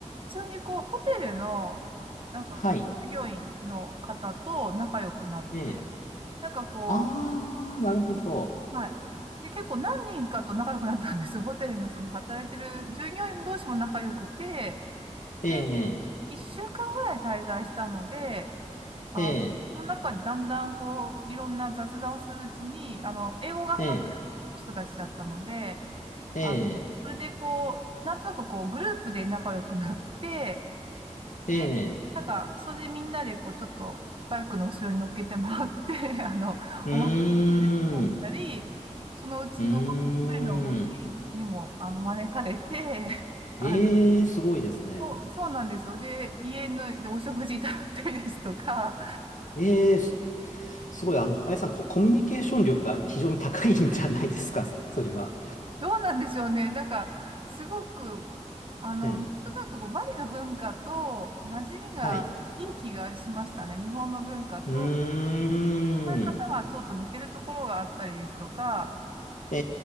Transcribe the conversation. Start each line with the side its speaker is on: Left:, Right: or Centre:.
Right: 通にこう、ホテルの、なんかこう、
Left: はい。
Right: 従業員の方と仲良くなって、
Left: ええ。
Right: なんかこ
Left: ああ、なるほど。
Right: う、うんはい。で、結構何人かと仲良くなったんですよ。ホテルのその働いてる従業員同士も仲良くて、
Left: ええ、
Right: で、1週間ぐらい滞在したので、あの、
Left: ええ、
Right: その中にだんだんこう、いろんな雑談をするうちに、あの、英語が話せる人たちだったので、
Left: ええ、ええ、
Right: あの、それでこう、なんとなくこう、グループで仲良くなって、
Left: ええ、
Right: で、なんか、それでみんなでこう、ちょっと、バイクの後ろに乗っけてもらって、<laughs> あの、
Left: うーん、
Right: お祭りに出てもらったり、そのうちの
Left: うーん。
Right: 一人のお家にも、あの、招かれて、<laughs> あの、
Left: ええ、すごいですね。
Right: そう、そうなんですよ。で、家の、で、お食事いただいたりですとか、
Left: ええす、すごい、あの、林さん、コ、コミュニケーション力が非常に高いんじゃないですか、<laughs> それは。
Right: どうなんでしょうね。なんか、すごく、あの、
Left: ええ、
Right: なんとなくこうバリの文化と馴染みがいい気がしましたね。
Left: はい。
Right: 日本の文化と、
Left: うーん。
Right: 考え方がちょっと似てるところがあったりですとか、
Left: え